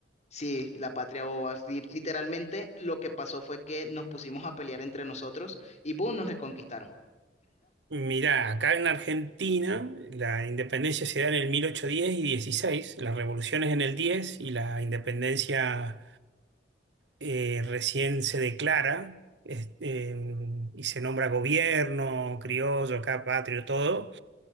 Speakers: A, on the left; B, on the right.
A: Sí, la patria boba. Li- Literalmente lo que pasó fue que nos pusimos a pelear entre nosotros y boom, nos reconquistaron.
B: Mirá, acá en Argentina la independencia se da en el 1810 y 16, las revoluciones en el 10 y la independencia eh, recién se declara es- em, y se nombra gobierno, criollo, acá patrio, todo,